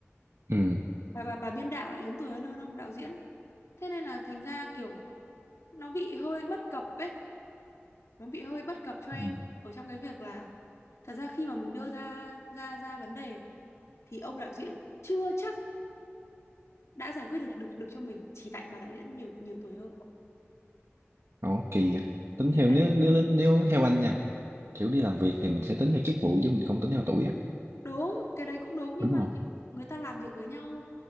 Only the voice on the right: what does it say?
ừ.
ừ.
Đó kỳ vậy. Tính
theo nếu nếu nếu theo anh nha, kiểu đi làm việc thì mình sẽ tính theo chức vụ chứ mình không tính theo tuổi á,
đúng
không?